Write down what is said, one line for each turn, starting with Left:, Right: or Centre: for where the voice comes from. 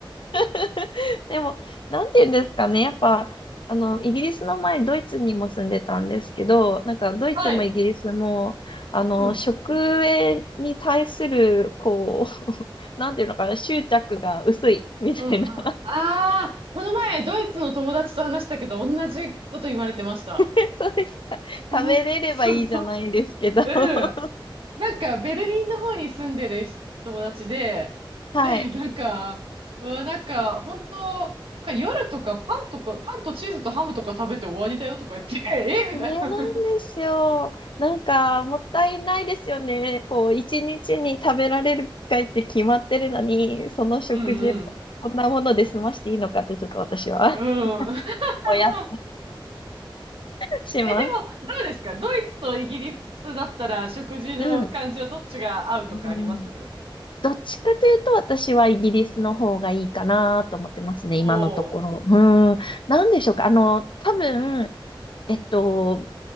Left: <laughs> でも、なんて言うんですかね。やっぱ、あの、イギリスの前、ドイツにも住んでたんですけど、なんか、ドイツもイギリスも、
Right: はい。
Left: あの、
Right: うん。
Left: 食へに対する、こう、<laughs> なんていうのかな、執着が薄い、みたいな。
Right: うんうん。ああ、この前、ドイツの友達と話したけど、同じこと言われてました。
Left: <laughs> そうですか。
Right: <laughs>
Left: 食べれればいいじゃないんですけど。
Right: そうそ
Left: <laughs>
Right: う。うん。なんか、ベルリンの方に住んでる友達で、
Left: はい。
Right: で、なんか、うわ、なんか、本当、か夜とかパンとか、パンとチーズとハムとか食べて終わりだよとか言って、<laughs> えみたいな。
Left: それなんですよ。なんか、もったいないですよね。こう、一日に食べられる機会って決まってるのに、その食事をこんなもので済ましていいのかって、
Right: うん
Left: ちょっと私は <laughs>
Right: うん。うん。<laughs>
Left: ぼやっとします。
Right: え、でも、どうですかドイツとイギリスだったら食事の感じはどっちが合うとかあります
Left: うん。うん。どっちかというと、私はイギリスの方がいいかなと思ってますね、
Right: おおー
Left: 今のところ。うん。なんでしょうか。あの、多分、えっと、